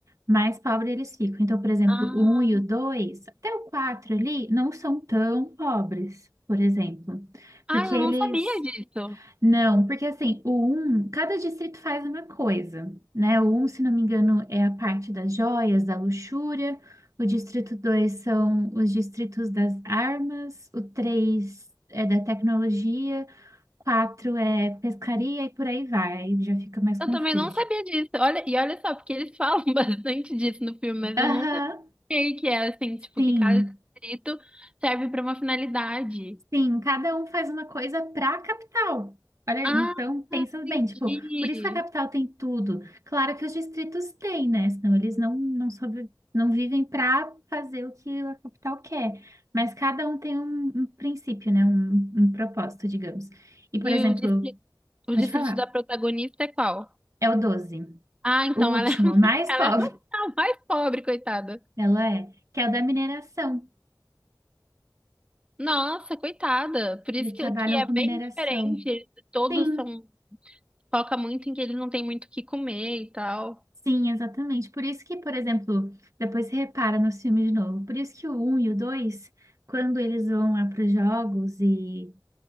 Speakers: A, on the right; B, on the right.
A: mais pobre eles ficam. Então, por exemplo,
B: Ah,
A: o 1 e o 2 até o 4 ali, não são tão pobres, por exemplo.
B: ah,
A: Porque
B: eu
A: eles.
B: não sabia disso.
A: Não, porque assim, o um cada distrito faz uma coisa, né? O um se não me engano, é a parte das joias, da luxúria. O distrito 2 são os distritos das armas. O 3 é da tecnologia. Quatro é pescaria e por aí vai, aí já fica mais confuso.
B: Eu também não sabia disso. Olha, e olha só, porque eles falam <laughs> bastante disso no filme, mas eu
A: Aham,
B: nunca sei que é assim, tipo,
A: sim,
B: que cada distrito serve para uma finalidade.
A: sim, cada um faz uma coisa pra capital. Olha,
B: Ah,
A: então pensa bem,
B: entendi.
A: tipo, por isso que a capital tem tudo. Claro que os distritos têm, né? Senão eles não, não, sobre, não vivem pra fazer o que a capital quer. Mas cada um tem um, um princípio, né? Um, um propósito, digamos. E, por
B: E
A: exemplo,
B: o distrito, o
A: pode
B: distrito
A: falar,
B: da protagonista é qual?
A: é o doze
B: Ah, então
A: o último,
B: ela é, <laughs>
A: o mais
B: ela
A: <laughs> pobre,
B: é a mais pobre, coitada.
A: ela é, que é o da mineração.
B: Nossa, coitada. Por isso
A: Eles
B: que,
A: trabalham
B: que é
A: com mineração.
B: bem diferente. Eles Todos
A: Sim,
B: são, foca muito em que eles não têm muito o que comer e tal.
A: sim, exatamente. Por isso que, por exemplo, depois você repara nos filmes de novo. Por isso que o um e o 2 quando eles vão lá para os jogos e